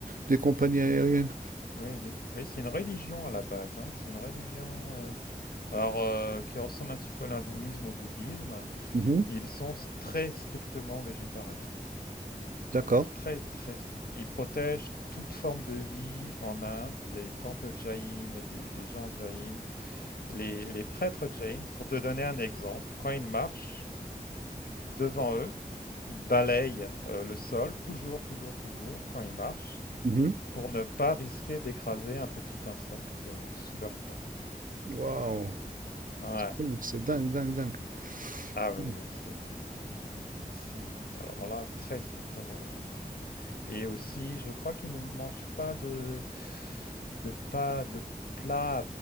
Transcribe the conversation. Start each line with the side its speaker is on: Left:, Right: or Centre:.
Right: des compagnies aériennes.
Left: oui, oui, oui, c'est une religion à la base, hein, C'est une religion, euh, alors euh, qui ressemble un petit peu à l'hindouisme, au bouddhisme.
Right: Mhm,
Left: et ils sont s- très strictement végétariens,
Right: d'accord.
Left: très très strict. Ils protègent toute forme de vie en Inde. Il y a des temples Jain, et des, des gens Jain, les, les prêtres Jain. Pour te donner un exemple, quand ils marchent devant eux, ils balayent euh, le sol, toujours, toujours, toujours quand ils marchent.
Right: Mhm.
Left: pour ne pas risquer d'écraser un petit insecte euh, sous leur pas.
Right: Waouh!
Left: Ouais.
Right: Dingue, c'est dingue, dingue, dingue.
Left: Ah oui,
Right: Mm.
Left: oui, c'est, c'est alors là très strictement végétarien. Et aussi, je crois qu'ils ne mangent pas de de pas de plats